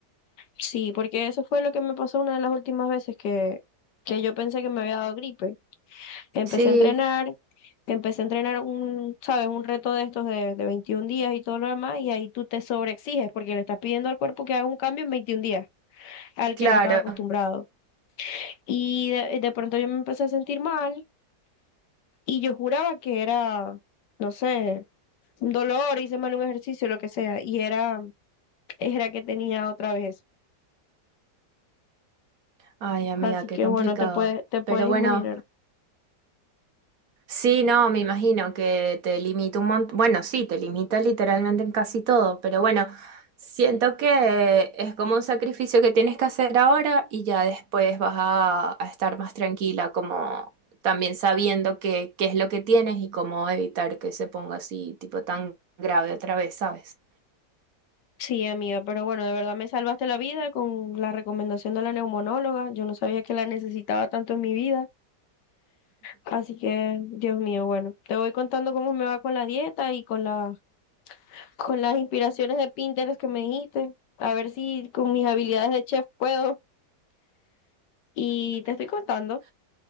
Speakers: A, on the left; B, on the right.
A: Sí, porque eso fue lo que me pasó una de las últimas veces que, que yo pensé que me había dado gripe. Empecé
B: Sí,
A: a entrenar, empecé a entrenar un, sabes, un reto de estos de, de 21 días y todo lo demás, y ahí tú te sobreexiges porque le estás pidiendo al cuerpo que haga un cambio en 21 días al
B: claro.
A: que no estaba acostumbrado. Y de, de pronto yo me empecé a sentir mal y yo juraba que era, no sé, un dolor, hice mal un ejercicio, lo que sea, y era, era que tenía otra vez.
B: Ay, amiga,
A: Así
B: qué
A: que
B: complicado.
A: bueno, te puedes, te puedes
B: Pero
A: imaginar.
B: bueno, Sí, no, me imagino que te limita un montón. Bueno, sí, te limita literalmente en casi todo, pero bueno, siento que es como un sacrificio que tienes que hacer ahora y ya después vas a, a estar más tranquila, como también sabiendo qué qué es lo que tienes y cómo evitar que se ponga así, tipo tan grave otra vez, ¿sabes?
A: Sí, amiga, pero bueno, de verdad me salvaste la vida con la recomendación de la neumonóloga. Yo no sabía que la necesitaba tanto en mi vida. Así que, Dios mío, bueno, te voy contando cómo me va con la dieta y con la, con las inspiraciones de Pinterest que me dijiste. A ver si con mis habilidades de chef puedo. Y te estoy contando.